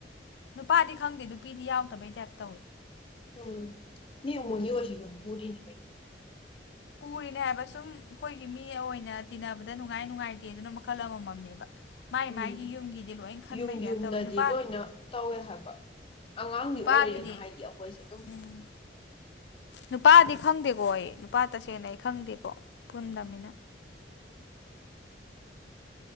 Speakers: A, on the left (about 70°); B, on the left (about 30°).
A: ꯅꯨꯄꯥꯗꯤ ꯈꯪꯗꯦ ꯅꯨꯄꯤꯗꯤ ꯌꯥꯎꯗꯕꯩ ꯇꯥꯏꯞ ꯇꯧꯋꯦ
B: ꯑꯥ ꯃꯤ ꯑ‌ꯣꯃ‌ꯣꯅꯤ ꯑꯣꯏꯖꯨ ꯌꯨꯝ ꯄꯨꯔꯤꯅꯤ ꯀꯩ
A: ꯄꯨꯔꯤꯅꯦ ꯍꯥꯏꯕ ꯁꯨꯝ ꯑꯩꯈꯣꯏꯒꯤ ꯃꯤ ꯑꯣꯏꯅ ꯇꯤꯟꯅꯕꯗ ꯅꯨꯡꯉꯥꯏ ꯅꯨꯡꯉꯥꯏꯇꯦ ꯑꯗꯨꯅ ꯃꯈꯜ ꯑꯃꯝ ꯃꯝꯅꯦꯕꯥ ꯃꯥꯏ
B: ꯎꯝ
A: ꯃꯥꯥꯏꯒꯤ ꯌꯨꯝꯒꯤꯗꯤ ꯂꯣꯏ ꯈꯟꯕꯩꯇꯥꯏꯕ
B: ꯌꯨꯝ ꯌꯨꯝꯗꯗꯤ
A: ꯇꯧꯋ‌ꯦ ꯅꯨꯄꯥ
B: ꯂꯣꯏꯅ ꯇꯧꯋꯦ ꯍꯥꯏꯕ ꯑꯉꯥꯡꯗꯤ
A: ꯅꯨꯄꯥꯒꯤꯗꯤ
B: ꯑꯣꯏꯗꯅ ꯍꯥꯏꯗꯤ ꯑꯩꯈꯣꯏꯁꯦ ꯑꯗꯨꯝ
A: ꯎꯝ ꯅꯨꯄꯥꯗꯤ ꯈꯪꯗꯦꯀꯣ ꯑꯩ ꯅꯨꯄꯥ ꯇꯁꯦꯡꯅ ꯑꯩ ꯈꯪꯗꯦꯀꯣ ꯄꯨꯟꯗꯝꯅꯤꯅꯥ